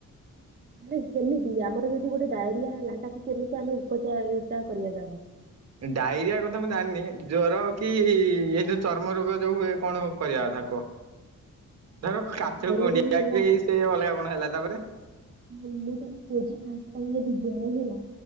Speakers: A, on the right (about 30°); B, on the right (about 55°).
A: ମାନେ କେମିତି ଆମର ଯଦି ଗୋଟେ ଡାଇରିଆ ହେଲା ତାକୁ କେମିତି ଆମେ ଉପଚାରିତା କରିବା ତାର?
B: ଡାଇରିଆ କଥା ମୁଁ ଜାଣିନି। ଜ୍ଵର କି ଏଇ ଯୋଉ ଚର୍ମ ରୋଗ ଯୋଉ ହୁଏ କଣ କରିବା ନାକ
A: <inaudible>
B: ଧର କାଛୁ
A: ଜର
B: କୁଣ୍ଡିଆ
A: ଯଦି ହେଲା
B: କି ସେ ଅଲଗା କଣ ହେଲା ତାପରେ
A: ନା ମୁଁ ତମ କହୁଚି ତମକୁ ଯଦି ଜର ହେଲା